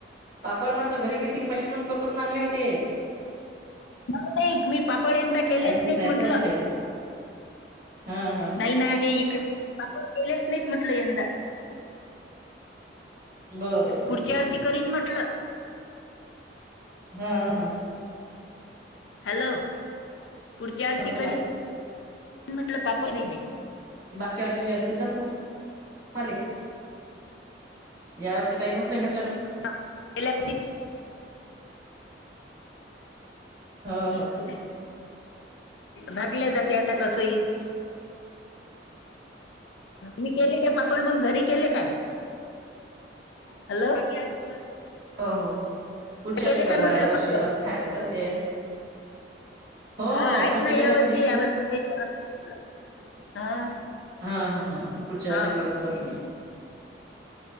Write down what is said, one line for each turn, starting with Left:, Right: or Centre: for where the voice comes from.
Right: पापड मटलं घरी गेले त मशीनून करून आणले होते
Left: नाही मी पापळ यंदा केलेच
Right: ऐकच
Left: नाहीत
Right: नाही
Left: म्हटलं
Right: येत आता हा हा
Left: नाही ना हे इक पापड केलेच नाहीत म्हटलं यंदा
Right: बरं बरं
Left: पुढच्या वर्षी करीन म्हटलं
Right: हा हा हा.
Left: हॅलो! पुढच्या वर्षी
Right: हा बोला
Left: करीन म्हटलं पापड नाही मे.
Right: च्या वर्षी असती ना त या वर्षी टाईमच नाही भेट.
Left: हा पाहिल्या
Right: हो हो
Left: त भागले जाते आता कसही. मी केले काय पापड मंग घरी केले काय? हॅलो अ.
Right: हो हो पुढच्या
Left: केले
Right: वर्षी करा
Left: काय म्हटलं
Right: या वर्षी
Left: पक्क.
Right: असं खायला तर उद्या हो
Left: हा
Right: हो
Left: आहेत
Right: आम्ही
Left: ना
Right: केले
Left: या वर्षी
Right: घरी
Left: या वर्षी काहीत. हा
Right: हा हा पुढच्या
Left: ह.
Right: वर्षी
Left: हो.
Right: करता तुम्ही